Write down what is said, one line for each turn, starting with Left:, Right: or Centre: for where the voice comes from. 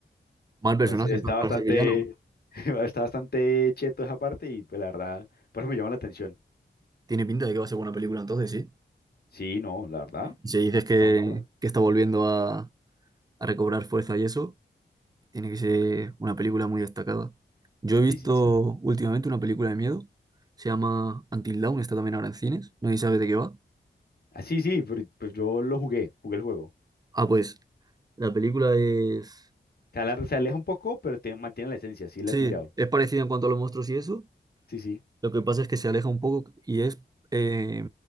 Right: Mal personaje,
Left: Entonces está
Right: entonces,
Left: bastante,
Right: para ser villano.
Left: <laughs> está bastante cheto esa parte y pues la verdad, por eso me llama la atención.
Right: Tiene pinta de que va a ser buena película, entonces sí.
Left: Sí, no, la verdad.
Right: Y si dices que,
Left: no, mucha-
Right: que está volviendo a, a recobrar fuerza y eso, tiene que ser una película muy destacada. Yo he visto
Left: Sí, sí, sí.
Right: últimamente una película de miedo, se llama Until Dawn, está también ahora en cines, nadie sabe de qué va.
Left: Ah, sí, sí, pero, pues yo lo jugué, jugué el juego.
Right: Ah, pues la película es.
Left: Se ale- se aleja un poco, pero te mantiene la esencia, sí la
Right: Sí,
Left: he pillado.
Right: es parecida en cuanto a los monstruos y eso,
Left: Sí, sí,
Right: Lo que pasa es que se aleja un poco y es, eh,